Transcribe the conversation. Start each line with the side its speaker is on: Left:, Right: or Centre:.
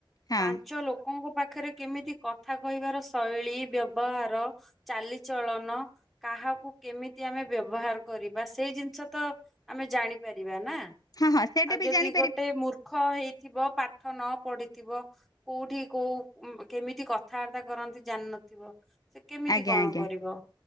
Left: ହଁ
Centre: ପାଞ୍ଚ ଲୋକଙ୍କୁ ଙମୋ ପାଖରେ କେମିତି କଥା କହିବାର ଶୈଳୀ ବ୍ୟବହାର ଚାଲିଚଳନ କାହାକୁ କେମିତି ଆମେ ବ୍ୟବହାର କରିବା ସେଇ ଜିନିଷ ତ ଆମେ ଜାଣିପାରିବା ନା।
Left: ହଁ ହଁ ସେଇଟା
Centre: ଆଉ ଯଦି
Left: ବି ଜାଣି
Centre: ଗୋଟେ ମୂର୍ଖ ହେଇଥିବ ପା ପାଠ ନ ପଢିଥିବ କୋଉଠି କୋଉ କେମିତି କଥାବାର୍ତ୍ତା କରନ୍ତି ଜାଣିନଥିବ। ସେ କେମିତି
Left: ଆଜ୍ଞା
Centre: କଣ
Left: ଆଜ୍ଞା
Centre: କରିବ